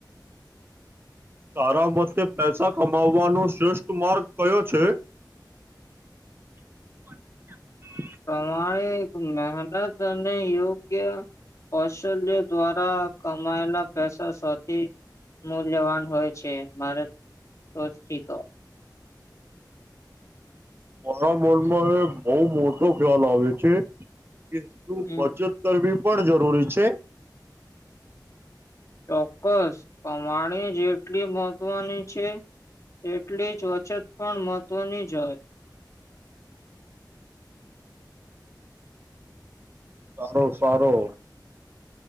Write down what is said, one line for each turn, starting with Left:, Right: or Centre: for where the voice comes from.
Right: તારા મતે પૈસા કમાવવાનો શ્રેષ્ઠ માર્ગ કયો છે <inaudible> <inaudible>
Left: તમારે મહેનત અને યોગ્ય કૌશલ્ય દ્વારા કમાયેલા પૈસા સૌથી મૂલ્યવાન હોય છે મારે સોચથી તો
Right: મારા મનમાં એ બહુ મોટો ખ્યાલ આવે છે કે શું
Left: હમ
Right: બચત કરવી પણ જરૂરી છે
Left: ચોક્કસ કમાણી જેટલી મહત્વની છે તેટલી જ વચત પણ મહત્વની જ હોય
Right: સારો સારો